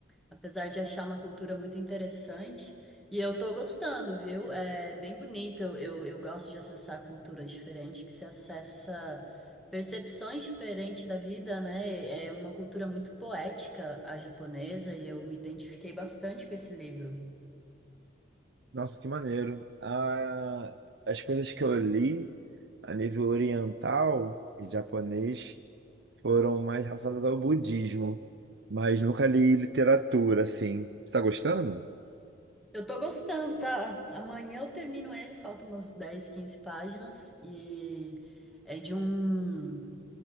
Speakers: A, in the centre; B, on the right.
A: apesar de achar uma cultura muito interessante. E eu tô gostando, viu? É bem bonito. Eu, eu, eu gosto de acessar culturas diferentes que se acessa percepções diferentes da vida, né? É uma cultura muito poética, a japonesa, e eu me identifiquei bastante com esse livro.
B: Nossa, que maneiro. Ah, as coisas que eu li a nível oriental e japonês. foram mais relacionadas ao budismo, mas nunca li literatura, assim. Você está gostando?
A: Eu tô gostando, tá? Amanhã eu termino ele, faltam umas 10 15 páginas, e é de um.